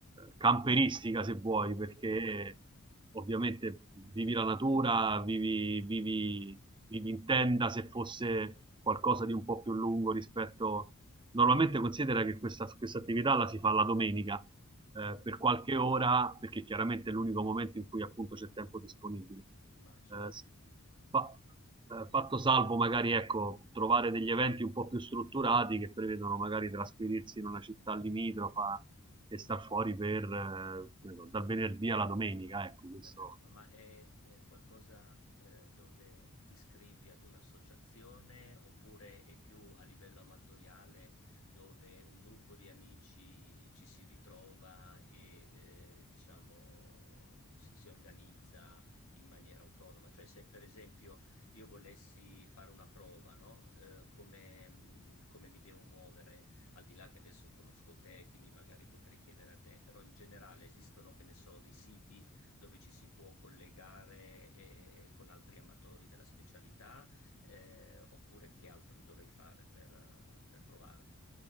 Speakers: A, on the right (about 20°); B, on the left (about 65°).
A: camperistica, se vuoi,
B: Ok,
A: perché ovviamente vivi la natura, vivi, vivi, vivi in tenda se fosse qualcosa di un po' più lungo rispetto Normalmente considera che questa, questa attività la si fa la domenica eh,
B: mhm,
A: per qualche ora, perché chiaramente è l'unico momento in cui appunto c'è tempo disponibile.
B: immagino.
A: Eh, s- fa- eh, fatto salvo magari ecco, trovare degli eventi un po' più strutturati che prevedono magari trasferirsi in una città limitrofa e star fuori per, eh, che ne so, dal venerdì alla domenica, ecco, questo
B: Perfetto, ma è eh, qualcosa eh, dove ti iscrivi ad un'associazione oppure è più a livello amatoriale dove un gruppo di amici ci si ritrova e eh, diciamo si, si organizza in maniera autonoma? Cioè se per esempio io volessi fare una prova, no? Eh, come, mh, come mi devo muovere, al di là che adesso conosco te, quindi magari potrei chiedere a te, però in generale esistono, che ne so, dei siti dove ci si può collegare eh, con altri amatori della specialità, eh, oppure che altro dovrei fare per, eh, per provare?